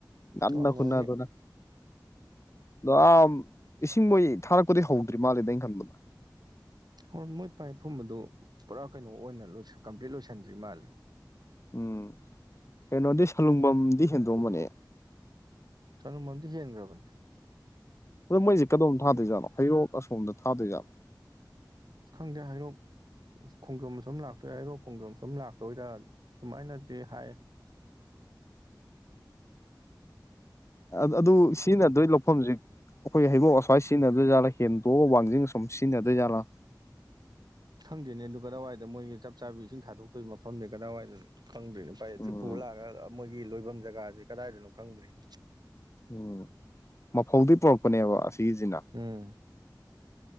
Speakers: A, on the left; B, on the right.
A: ꯉꯟꯅ
B: ꯋꯥꯡꯅꯔꯅꯤ
A: ꯍꯨꯅꯗꯨꯅ ꯑꯗꯣ ꯏꯁꯤꯡ ꯃꯩ ꯊꯥꯔꯛꯄꯗꯤ ꯍꯧꯗ꯭ꯔꯤ ꯃꯥꯜꯂꯦꯗ ꯑꯩꯅ ꯈꯟꯕꯗ
B: ꯍꯦꯟ ꯅꯣꯏ ꯄꯥꯏꯞ ꯐꯨꯝꯕꯗꯨ ꯄꯨꯔꯥ ꯀꯩꯅꯣ ꯑꯣꯏꯅ ꯀꯝꯄ꯭ꯂꯤꯠ ꯂꯣꯏꯁꯟꯗ꯭ꯔꯤ ꯃꯥꯜꯂꯦ
A: ꯎꯝ ꯀꯩꯅꯣꯗꯤ ꯁꯂꯨꯡꯐꯝꯝꯗꯤ ꯁꯦꯟꯗꯣꯡꯝꯕꯅꯦ
B: ꯁꯅꯨꯃꯟꯗꯤ ꯍꯦꯟꯈ꯭ꯔꯕꯅꯦ
A: ꯑꯗ ꯃꯣꯏꯁ ꯀꯣꯝ ꯊꯗꯣꯏꯖꯥꯅꯣ ꯍꯩꯣꯛ ꯑꯁꯣꯝꯗ ꯊꯥꯗꯣꯏꯖꯥꯠꯣ
B: ꯈꯪꯗꯦ ꯍꯥꯏꯔꯣ ꯈꯣꯡꯖ꯭ꯔꯣꯝ ꯁꯨꯝ ꯂꯥꯛꯇꯣꯏꯑꯦ ꯍꯥꯏꯗꯣ ꯈꯣꯡꯖꯣꯝ ꯁꯨꯝ ꯂꯥꯛꯇꯣꯏꯗ ꯑꯗꯨꯃꯥꯏꯅꯗꯤ ꯍꯥꯏ
A: ꯑꯣ ꯑꯗꯨ ꯁꯤꯅ ꯑꯗꯨꯣꯏ ꯂꯧꯐꯝꯁꯤ ꯑꯩꯈꯣꯏꯒꯤ ꯍꯩꯕꯣꯛ ꯑꯁ꯭ꯋꯥꯏ ꯁꯤꯖꯤꯟꯅꯗꯣꯏꯖꯥꯠꯂꯥ ꯍꯦꯟꯗꯣꯛꯑ ꯋꯥꯡꯖꯤꯡ ꯑ ꯁꯨꯝ ꯁꯤꯖꯤꯟꯅꯗꯣꯏꯖꯥꯠꯂꯥ
B: ꯈꯪꯗꯣꯏꯅꯦ ꯑꯗꯨ ꯀꯗꯥꯏꯋꯥꯏꯗ ꯃꯣꯏꯒꯤ ꯆꯞ ꯆꯥꯕꯤ ꯏꯁꯤꯡ ꯊꯥꯗꯣꯛꯇꯣꯏ ꯃꯐꯝꯁ ꯀꯗꯥꯏꯋꯥꯏꯗ ꯈꯪꯗ꯭ꯔꯤꯅꯦ ꯄꯥꯏꯁꯤꯔꯤ
A: ꯎꯝ
B: ꯄꯨ ꯂꯥꯛꯑꯒ ꯃꯣꯏꯒꯤ ꯂꯣꯏꯐꯝ ꯖꯒꯥꯁꯤꯦ ꯀꯗꯥꯏꯗꯅꯣ ꯈꯪꯗ꯭ꯔꯤꯅꯤ
A: ꯎꯝ ꯃꯐꯧꯗꯤ ꯄꯨꯔꯛꯄꯅꯦꯕ ꯑꯁꯤꯒꯤꯁꯤꯅ
B: ꯑꯝ